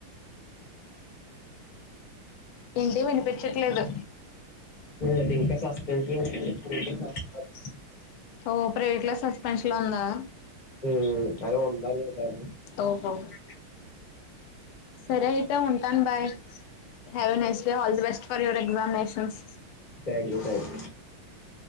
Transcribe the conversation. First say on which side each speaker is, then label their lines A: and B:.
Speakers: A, on the left; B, on the left.
A: ఏంటి వినిపించట్లేదు
B: <unintelligible>
A: ఓ ప్రైవేట్ లా సస్పెన్షన్ లో ఉందా
B: హ్మ్ అయిన వాళ్ళు ఉండాలి కదా సార్
A: ఓహో
B: కు
A: సరే అయితే ఉంటాను bye have a nice day all the best for your examinations
B: thank you thank